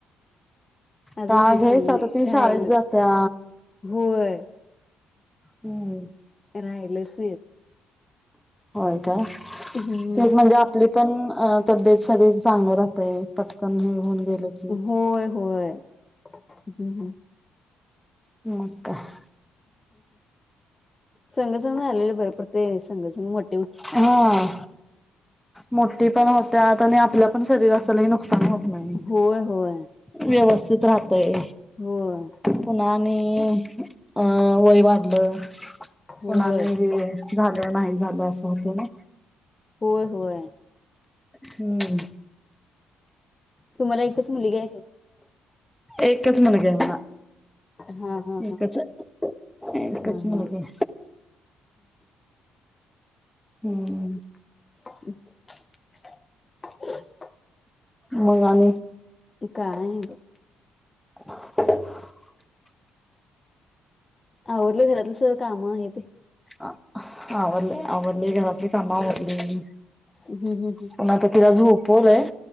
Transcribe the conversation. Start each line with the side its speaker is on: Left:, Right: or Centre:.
Left: आजुन
Centre: का
Left: वेळ झालेली
Centre: हेच आता
Left: नाही.
Centre: ती
Left: राहीलच
Centre: शाळेत जात्या.
Left: होय,
Centre: हम्म.
Left: राहिलच
Centre: होय का?
Left: ह हं <unintelligible>
Centre: हेच म्हणजे आपली पण तबेत शरीर चांगल राहतं. पटकन हे होऊन गेलं की,
Left: होय होय, हम्म हम्म.
Centre: म काय?
Left: संघ- संघ आलेला बर पडते, संघसघ मोठ
Centre: हा मोठी पण होत्या आणि आपल्या पण शरीराच लय नुक होत नाही.
Left: होय होय
Centre: व्यवस्थित राहतय
Left: होय
Centre: पुन्हा आणि, वय वाढलं,
Left: होय.
Centre: पुन्हा आणि हे झालं नाही झालं असं होतं ना.
Left: होय होय.
Centre: हम्म
Left: तुम्हाला एकच मुलगी आहे का?
Centre: एकच मुलगी आहे मला.
Left: हा हा हा
Centre: एकच हे, एकच
Left: हा हा.
Centre: मुलगी हम्म.
Left: <inaudible>
Centre: मंग आणि?
Left: काय नाही.
Centre: ह <inaudible>
Left: आवर्लं घरातलं सगळं काम हे ते
Centre: अ आवरली आवरली घरातली काम आवरलेली
Left: हम्म हम्म हम्म.
Centre: पण आता तिला झोपवलय